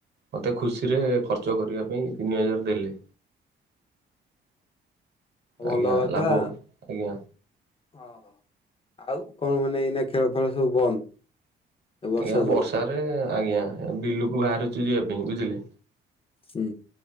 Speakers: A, on the right; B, on the left.
A: ମତେ ଖୁସିରେ ଖର୍ଚ୍ଚ କରିବା ପାଇଁ ତିନି ହଜାରେ ଦେଲେ। ଆଜ୍ଞା
B: ଭଲ କଥା।
A: ଲାଭ ଆଜ୍ଞା
B: ଆଉ କଣ ମାନେ ଏଇନା ଖେଳ ଫେଳ ସବୁ ବନ୍ଦ? ଏ ବର୍ଷା
A: ଆଜ୍ଞା, ବର୍ଷାରେ
B: ଯୋଗୁ?
A: ଆଜ୍ଞା ବିଲୁକୁ ବାହାରୁଚୁ ଯିବା ପାଇଁ ବୁଝିଲେ।
B: ହୁଁ।